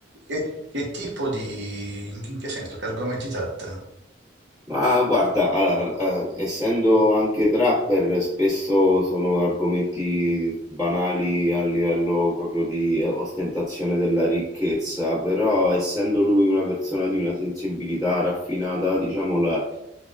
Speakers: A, on the right (about 70°); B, on the right (about 20°).
A: che- che tipo di... In che senso? Che argomenti tratta?
B: Ma guarda, a- a- essendo anche trapper, spesso sono argomenti banali a livello proprio di eh, ostentazione della ricchezza, però essendo lui una persona di una sensibilità raffinata, diciamo la,